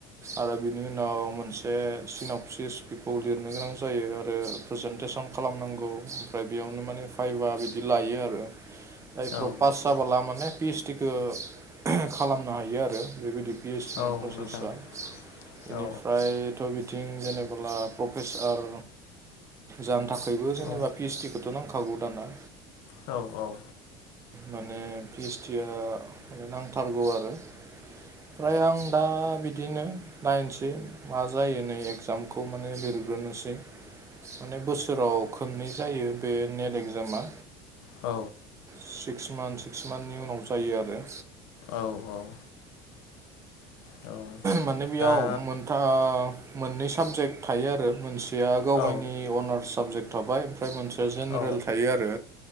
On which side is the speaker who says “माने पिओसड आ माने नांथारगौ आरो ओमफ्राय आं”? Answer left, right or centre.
Right